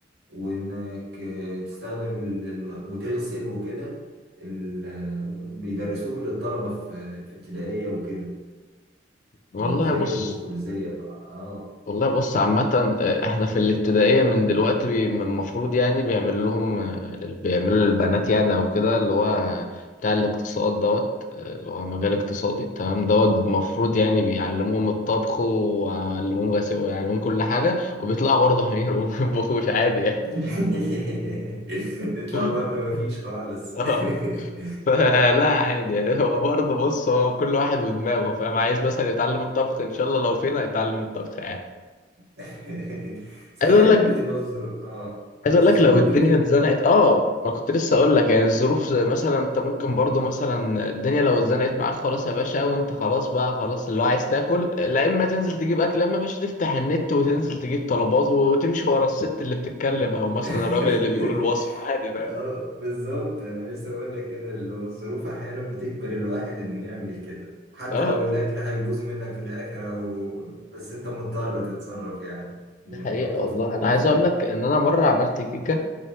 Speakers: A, on the right; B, on the left.
A: وانك آه، تستخدم ال... ال- وتغسل وكده ال... آه، بيدرسوه للطلبة في في ابتدائية وكده
B: والله
A: يعني ازاي
B: بص
A: يطبخ وازاي اه
B: والله بص عامة آه، احنا في الابتدائية من دلوقتي بي- من المفروض يعني بيعمل لهم آه، بيعملوا للبنات يعني او كده اللي هو بتاع الاقتصاد دوت آه، اللي هو مجال اقتصادي تمام دوت المفروض يعني بيعلموهم الطبخ ويعلموهم غسيل ويعلموهم كل حاجة وبيطلعوا برضه <laughs> حمير وما بيطبخوش عادي يعني
A: <laughs> يطلع
B: <laughs>
A: برضه مفيش خالص
B: اه
A: <laughs>
B: فلا عادي يعني هو برضه بص هو كل واحد ودماغه فاهم عايز مثلا يتعلم الطبخ ان شاء الله لو فينا يتعلم الطبخ يعني
A: <laughs> بس
B: عايز
A: احيانا
B: اقول لك
A: بتبقى الظروف اه
B: عايز
A: الظروف
B: اقول لك لو الدنيا
A: بتكبر
B: اتزنقت اه ما كنت لسه اقول لك يعني الظروف زي مثلا انت ممكن برضه مثلا الدنيا لو اتزنقت معاك خالص يا باشا وانت خلاص بقى خلاص اللي هو عايز تاكل لا اما تنزل تجيب اكل لا اما يا باشا تفتح النت وتنزل تجيب طلبات وتمشي ورا الست اللي بتتكلم او مثلا
A: <laughs>
B: الراجل اللي بيقول الوصفه عادي فاهم
A: اه بالظبط انا لسه بقول لك كده اللي هو الظروف احيانا بتجبر الواحد انه يعمل كده حتى
B: اه
A: لو الاكل هيبوظ منك في الاخر او بس انت مضطر تتصرف يعني
B: ده
A: محطوط
B: حقيقة والله
A: في موقف
B: أنا عايز
A: ف- اه
B: أقول لك إن أنا مرة عملت كيكة